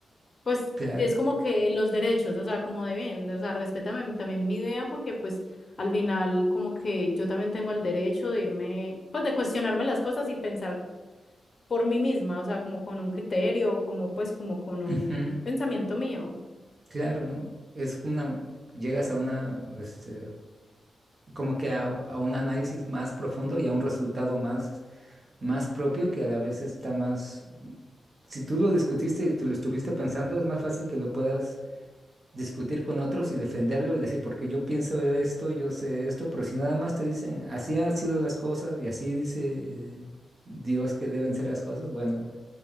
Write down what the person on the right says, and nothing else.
claro,
ujú,
claro, ¿no? Es una... Llegas a una, este, como que a, a un análisis más profundo y a un resultado más más propio que a la vez está más... Si tú lo discutiste y tú lo estuviste pensando, es más fácil que lo puedas discutir con otros y defenderlo y decir, porque yo pienso de esto, yo sé esto, pero si nada más te dicen, así han sido las cosas y así dice Dios que deben ser las cosas, bueno,